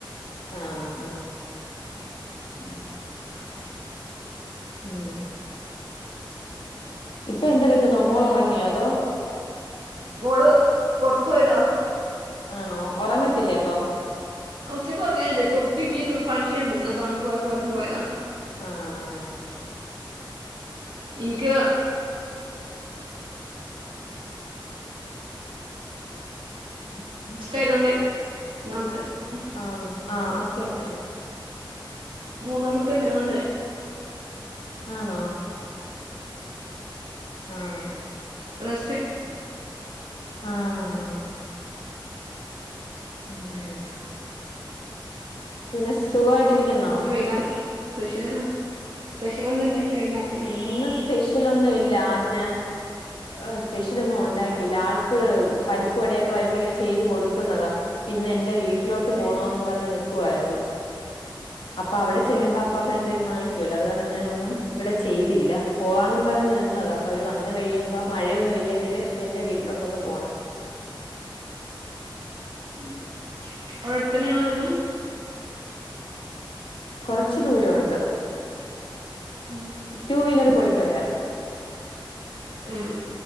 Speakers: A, on the left; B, on the right.
A: ആഹ് ആഹ്. ഉ <unintelligible>
B: <unintelligible>
A: ഉം... ഇപ്പോ എന്തെടുക്കുന്നു
B: ഹലോ
A: മോള് ഉറങ്ങിയോ അതോ-
B: മോള് പൊറത്ത് പോയതാ
A: ആണോ ഒറങ്ങത്തില്ലേ അപ്പോ?
B: ആഹ് ഉച്ചക്കൊറങ്ങല്ണ്ട് ഇപ്പം ഉപ്പേം ഉമ്മിയൊക്കെ ഫംഗ്ഷന്ണ്ട് ഇന്നപ്പം അങ്ങോട്ട് പോയപ്പം ഓരൊപ്പം പോയതാ
A: ആഹ്
B: ഇൻക്ക്
A: ഉ ഉം <unintelligible>
B: ഇഷ്ട്ടായതോണ്ട് <unintelligible>
A: ആഹ് ആഹ് ആഹ് കേക്കാണ്ട്
B: മൂന്നാമത്തെ ഇണ്ടായെ കൊണ്ടെ
A: ആണോ? ആഹ്
B: റെസ്റ്റെട്
A: ആഹ് <unintelligible> പിന്നെ സുഖവായിട്ട് ഇരിക്കുന്നു
B: പിന്നെ വൈനാരം സ്പെഷ്യല് സ്പെഷ്യൽ എന്താ ഇണ്ടാക്കിയെ വൈനേരം
A: ഇന്ന് സ്പെഷ്യലൊന്നും ഇല്ല ഞാൻ ആഹ് സ്പെഷ്യലൊന്നും ഒണ്ടാക്കിയില്ല ആൾക്ക് പരിപ്പ് വടയൊക്കെ വരുമ്പോ ഇങ്ങനെ ചെയ്തു കൊടുക്കുന്നതാ ഇന്ന് എന്റെ വീട്ടിലോട്ട് പോണൊന്ന്
B: ഏഹ്
A: പറഞ്ഞ് നിൽക്കുവായിരുന്നു അപ്പൊ അവിടെ
B: ഓ
A: ചെല്ലുമ്പോ അപാപ്പന് എന്തേലും വാങ്ങിക്കുവല്ലോ അത് കാരണം ഞാനൊന്നും ഇവിടെ ചെയ്തില്ല പോവാന്നും പറഞ്ഞ് നിന്നതാ അപ്പൊ അവര് വന്ന് കഴിയുമ്പോ മഴയൊന്നും ഇല്ലെങ്കില് എന്റെ വീട്ടിലോട്ടൊന്ന് പോണം
B: ഉം അവിടെ അടുത്തെന്നെയാ ഇങ്ങളെ വീടും
A: കുറച്ച് ദൂരവൊണ്ട്
B: ഏഹ്
A: ടൂ വീലറിൽ പോയിട്ട് വരാം
B: ഏഹ്